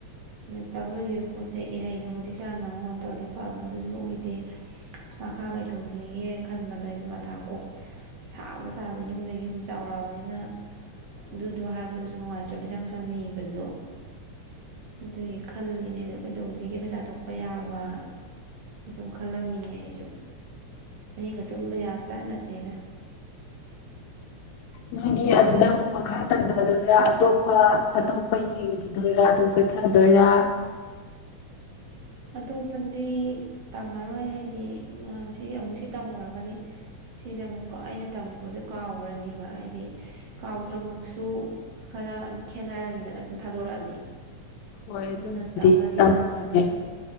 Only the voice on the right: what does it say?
ꯑꯗꯨ ꯇꯝ ꯂꯣꯏꯈꯤꯕ ꯄꯣꯠꯁꯦ ꯏꯍꯩꯗꯣ ꯃꯇꯤꯛ ꯆꯥꯅ ꯑꯃꯨꯛ ꯇꯧꯔꯗꯤ ꯐꯕ ꯑꯗꯨꯁꯨ ꯑꯣꯏꯗꯦ ꯃꯈꯥ ꯀꯩ ꯇꯧꯁꯤꯒꯦ ꯈꯟꯕꯗ ꯑꯩꯁꯨ ꯃꯊꯥ ꯀꯣꯛ ꯁꯥꯕꯗ ꯁꯥꯕꯗ ꯌꯨꯝꯗ ꯌꯨꯝ ꯆꯥꯎꯔꯛꯑꯕꯅꯤꯅ ꯑꯗꯨꯗꯣ ꯍꯥꯏꯕꯗꯁꯨ ꯅꯨꯡꯉꯥꯏꯇ꯭ꯔꯦ ꯄꯩꯁꯥ ꯅꯨꯡꯁꯥ ꯅꯤꯕꯁꯨ ꯑꯗꯨꯒꯤ ꯈꯜꯂꯤꯅꯦꯁꯨ ꯀꯩꯗꯧꯁꯤꯒꯦ ꯄꯩꯁꯥ ꯊꯣꯛꯄ ꯌꯥꯕ ꯑ ꯁꯨꯝ ꯈꯜꯂꯝꯃꯤꯅꯦ ꯑꯩꯁꯨ ꯑꯍꯤꯡꯒ ꯇꯨꯝꯕ ꯌꯥꯕ ꯖꯥꯠ ꯅꯠꯇꯦ ꯠꯇꯗ
ꯑꯇꯣꯞꯄꯗꯤ ꯇꯝꯃꯔꯣꯏ ꯍꯥꯏꯗꯤ ꯃꯥꯁꯤ ꯑꯃꯨꯛ ꯁꯤ ꯇꯝꯃꯨꯔꯒꯗꯤ ꯁꯤꯖꯦ ꯑꯃꯨꯛꯀ ꯑꯩꯅ ꯇꯝꯃꯤ ꯄꯣꯠꯁꯦ ꯀꯥꯎꯒ꯭ꯔꯅꯦꯕ ꯍꯥꯏꯗꯤ ꯀꯥꯎꯗ꯭ꯔꯃꯛꯁꯨ ꯈꯔ ꯈꯦꯠꯅꯔꯅꯤꯗꯅ ꯁꯨꯝ ꯊꯥꯗꯣꯔꯛꯑꯗꯤ
ꯑꯗꯨꯅ
ꯇꯝꯕꯗꯤ
ꯇꯝꯃꯔꯣꯏ